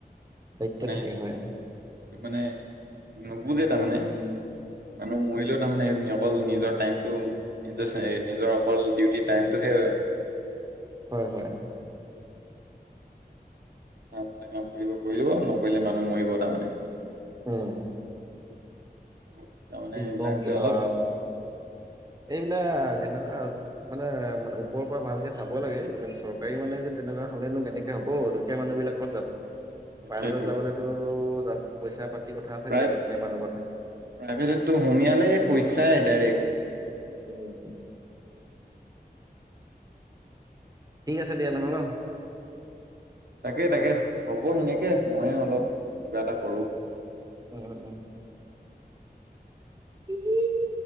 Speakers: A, on the right; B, on the right.
A: দায়িত্ব
B: মানে
A: থাকে হয়।
B: সেইটো মানে নুবুজে তাৰমানে মানুহ মৰিলেও তাৰমানে সেইটো নিয়ম অকল নিজৰ টাইমটো নিজৰ চা নিজৰ অকল দিউতি যি টাইমটো সে
A: হয় হয়
B: তাৰ মতে কাম কৰিব কৰিব নকৰিলে মানুহ মৰিব তামানে
A: উম
B: বহুত তাৰমানে
A: কি
B: এইবিলাক
A: কম কেনকা
B: যে অলপ
A: আৱ তাত এইবিলাক এনকা মানে মানে ওপৰৰ পৰা ভালকে চাব লাগে এইবিলাক চৰকাৰী মানে যে তেনেকুৱা হ'লেনো কেনেকে হ'ব দুখীয়া মানুহ বিলাক ক'ত যাব
B: এইটোৱেটো
A: প্ৰাইভেটত যাবলেতো পইচা পাতি কথা থাকে
B: প্ৰায়
A: দুখীয়া
B: প্ৰাইভেটতো
A: মানুহ
B: সোমিয়ালে পইচা চায় ডাইৰেক্
A: উম ঠিক আছে দিয়া নহ'লে ন
B: তাকে তাকে হ'ব সেনেকে ময়ে অলপ কিবা এটা কৰোঁ
A: উ উম উম ইলি ইলি